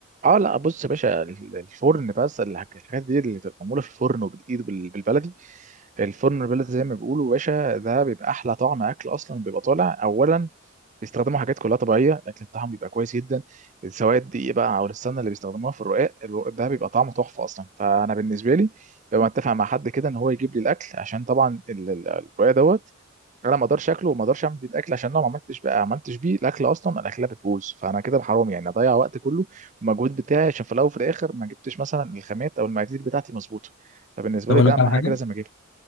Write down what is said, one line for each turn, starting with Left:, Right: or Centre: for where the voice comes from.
Right: اه لا بص يا باشا ال- الفرن بس الحاج- الحاجات دي اللي بتبقى معموله في الفرن وبالايد وبال- بالبلدي الفرن البلدي زي ما بيقولوا يا باشا ده بيبقى احلى طعم اكل اصلا بيبقى طالع اولا بيستخدموا حاجات كلها طبيعيه الاكل بتاعهم بيبقى كويس جدا سواء الدقيق بقى او السمنه اللي بيستخدموها في الرقاق الو- ده بيبقى طعمه تحفه اصلا فانا بالنسبه لي ببقى متفق مع حد كده ان هو يجيب لي الاكل عشان طبعا ال- ال- الرقاق دوت انا ما اقدرش اكله وما اقدرش اعمل بيه الاكل عشان لو ما عملتش بقى عملتش بيه الاكل اصلا الاكله بتبوظ فانا كده حرام يعني اضيع وقت كله والمجهود بتاعي عشان في الاول وفي الاخر ما جبتش مثلا الخامات او المقادير بتاعتي مظبوطه فبالنسبه
Left: طب
Right: لي
Left: اقول
Right: ده
Left: لك
Right: اهم
Left: على
Right: حاجه
Left: حاجه
Right: لازم اجيبها